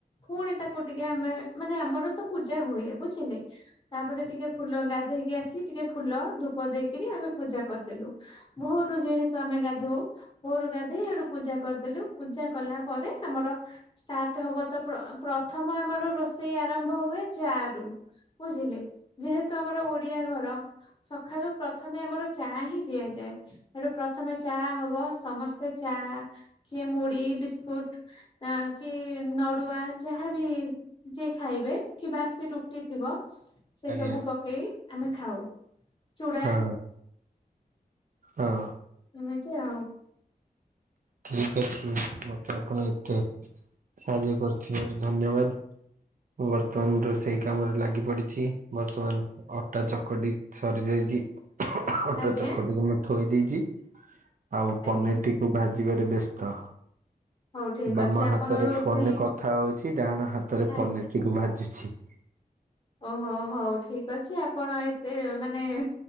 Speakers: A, on the left (about 35°); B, on the right (about 60°).
A: ପୁଣି ତାକୁ ଟିକେ ଆମେ ମାନେ ଆମର ତ ପୂଜା ହୁଏ ବୁଝିଲେ। ତାପରେ ଟିକେ ଫୁଲ ଗାଧେଇକି ଆସି ଟିକେ ଫୁଲ ଧୂପ ଦେଇକିରି ଆମେ ପୂଜା କରିଦେଲୁ। ଭୋରୁ ଯେହେତୁ ଆମେ ଗାଧଉ ଘୋରୁ ଗାଧେଇ ସେଇଠୁ ପୂଜା କରିଦେଲୁ, ପୂଜା କଲା ପରେ ଆମର ଷ୍ଟାର୍ଟ ହବ ତ ପ୍ର ପ୍ରଥମ ଆମର ରୋଷେଇ ଆରମ୍ଭ ହୁଏ ଚା ରୁ। ବୁଝିଲେ, ଯେହେତୁ ଆମର ଓଡିଆ ଘର। ସଖାଳୁ ପ୍ରଥମେ ଆମର ଚା ହିଁ ପିଆଯାଏ। ସେଠୁ ପ୍ରଥମେ ଚା ହବ, ସମସ୍ତେ ଚା କିଏ ମୁଢି, ବିସ୍କୁଟ୍ ଆଁ, କି ନଡୁଆ ଯାହାବି ଯିଏ ଖାଇବେ କି ବାସି ରୁଟି ଥିବ ସେ
B: ଆଜ୍ଞା
A: ସବୁ ପକେଇ ଆମେ ଖାଉ, ଚୁଡା
B: ହଁ ହଁ।
A: ଏମିତି ଆଉ
B: ଠିକ ଅଛି, ମୋତେ ଆପଣ ଏତେ ସାହାଯ୍ୟ କରିଥିବାରୁ ଧନ୍ୟବାଦ। ମୁଁ ବର୍ତ୍ତମାନ ରୋଷେଇ କାମରେ ଲାଗି ପଡିଛି। ବର୍ତ୍ତମାନ ଅଟା ଚକଟି ସରି ଯାଇଚି, ଅଟା
A: ଆଜ୍ଞା
B: ଚକଟିକି ମୁଁ ଥୋଇ ଦେଇଚି, ଆଉ
A: ଆଜ୍ଞା
B: ପନିର୍ ଟିକୁ ଭାଜିବାରେ ବ୍ୟସ୍ତ।
A: ହଉ ଠିକ
B: ବାମ
A: ଅଛି
B: ହାତରେ
A: ଆପଣ ରୋଷେଇ
B: ଫୋନ୍ ରେ କଥା ହଉଛି, ଡାହାଣ ହାତରେ
A: ଆ
B: ପନିର୍ ଟିକୁ ଭାଜୁଛି।
A: ଓହୋ! ହଉ ଠିକ ଅଛି ଆପଣ ଏତେ ମାନେ